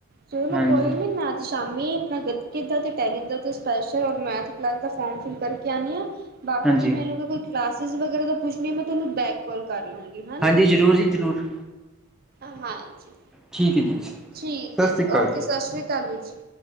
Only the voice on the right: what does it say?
ਚਲੋ
ਕੋਈ ਨੀ ਮੈਂ ਅੱਜ। ਸ਼ਾਮੀ ਆਪਣਾ ਗਤਕੇ ਦਾ ਅਤੇ ਟੈਲੀ ਦਾ ਅਤੇ ਸਪੈਸ਼ਲ ਔਰ ਮੈਥ ਕਲਾਸ ਦਾ ਫੋਰਮ ਫਿਲ ਕਰਕੇ ਆਉਂਦੀ ਹਾਂ ਬਾਕੀ
ਮੈਨੂੰ ਕੋਈ ਕਲਾਸਸ ਵਗੈਰਾ ਦਾ ਪੁੱਛਣੀ ਮੈਂ ਤੁਹਾਨੂੰ ਬੈਕ ਕਾਲ ਕਰ ਲਾਂਗੀ ਹਨਾ
ਹਾਂ ਜੀ
ਠੀਕ ਹੈ
ਜੀ
ਓਕੇ ਸਤਿ ਸ੍ਰੀ ਅਕਾਲ ਵੀਰ ਜੀ